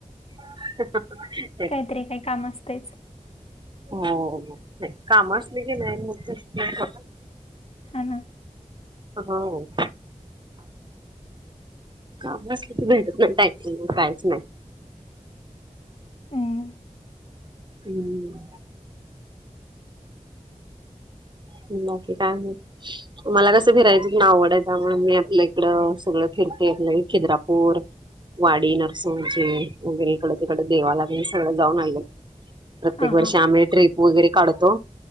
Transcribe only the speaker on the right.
<unintelligible>
हा, नाही काम असले की नाय मगं
हाँ काम असल की भेटत नाही कायच नाही.
हम्मं हम्म, बाकी काय मगं? मला कसं फिरायची नां आवड हाय त्यामुळं मी आपल्या इकडं सगळं फिरते आपलं हे खिद्रापूर वाडी, नरसिहाची वगैरे इकडं तिकडं देवालाही सगळं जाऊंन आयलय प्रत्येक
वर्षी
आम्हीं ट्रिप वगैरे काढतो